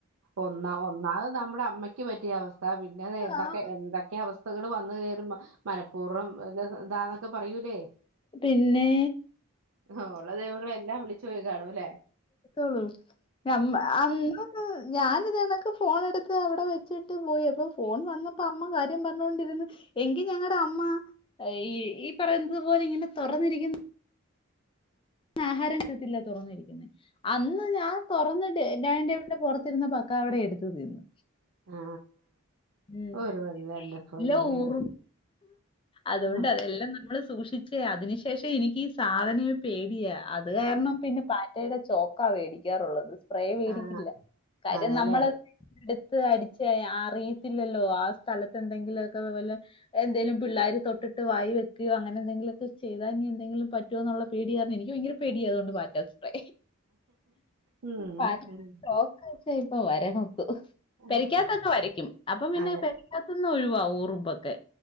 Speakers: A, on the right; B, on the left.
A: ഒന്നാ ഒന്നാ നമ്മടെ അമ്മയ്ക്ക് പറ്റിയ അവസ്ഥ പിന്നെ എന്തൊക്കെ
B: ആഹ്
A: എന്തൊക്കെ അവസ്ഥകൾ വന്ന് കഴറുമ്പോ മനപ്പൂർവം താ ഇതാന്നൊക്കെ പറയൂലേ?
B: പിന്നെ
A: ഓഹ് ഉള്ള ദൈവങ്ങളെ എല്ലാം വിളിച്ചു പോയി കാണുലേ?
B: ഉം നമ്മ അന്ന് ഞാന് തേനക്ക് ഫോണ് എടുത്ത് അവിടെ വെച്ചിട്ട് പോയി അപ്പോ ഫോൺ വന്നപ്പോ അമ്മ കാര്യം പറഞ്ഞോണ്ടിരിന്ന് എങ്കി ഞങ്ങടെ അമ്മ ഈ ഈ പറയുന്നത് പോലെ ഇങ്ങനെ തുറന്നിരിക്ക്യു ആഹാരം കിട്ടില്ല തുറന്നിരിക്ക്യുന്നെ അന്ന് ഞാൻ തുറന്ന് ടെ ഡൈനിങ് ടേബിളിന്റെ പുറത്തിരുന്ന് ഭ ക്കവാടെ എട്ത്ത് തിന്ന്.
A: ആ
B: ഉം
A: ഒരു കൊല്ലം എന്റെ പൊന്നെ
B: ല്ലേ ഉർ
A: ഒരു
B: അതുകൊണ്ട്
A: ഓക്കേ.
B: അതെല്ലാം നമ്മള് സൂക്ഷിച്ചേ അതിന് ശേഷം എനിക്ക് ഈ സാധന്നെ പേടിയാ അത് കാരണം പിന്നെ പാറ്റേടെ ചോക്കാ വേടിക്കാറുള്ളത് സ്പ്രേ വേടിക്കില്ല
A: ആ
B: കാര്യം
A: അതെല്ലേ
B: നമ്മള് എട്ത്ത് അടിച്ച് അറിയത്തില്ലല്ലോ ആ സ്ഥലത്ത് എന്തെങ്കിലൊക്കെ വല്ല എന്തെലും പിള്ളേര് തൊട്ടിട്ട് വായി വെക്കയോ അങ്ങനെ എന്തെങ്കിലൊക്കെ ചെയ്താ ഇനി എന്തെങ്കിലും പറ്റോന്നുള്ള പേടിയ യിരുന്നു എനിക്ക്. എനിക്ക് ഭയങ്കര പേടിയാ അതുകൊണ്ട് പാറ്റാ സ്പ്ര
A: ഉം,
B: പാ
A: ഉം.
B: കൊറച്ചായി ഇപ്പോ വരവപ്പ്
A: ആ,
B: പെരക്കാത്തൊക്കെ വരയ്ക്കും അപ്പം പിന്നേ
A: അതെ
B: പെ റ്റത്തുന്ന് ഒഴിവാവും ഉറുമ്പൊക്കെ.